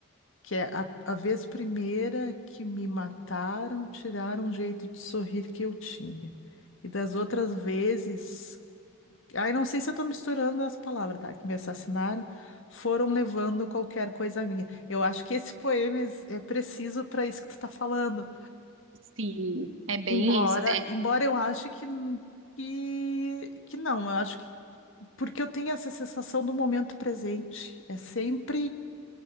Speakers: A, on the left; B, on the right.
A: que é a, a vez primeira que me mataram, tiraram o jeito de sorrir que eu tinha. E das outras vezes, ai, não sei se eu tô misturando as palavras, tá? Que me assassinaram, foram levando qualquer coisa minha. Eu acho que esse poema es- é preciso para isso que tu tá falando.
B: sim, é bem
A: Embora,
B: isso. é-
A: embora eu ache que n- que, que não, eu acho que porque eu tenho essa sensação do momento presente. É sempre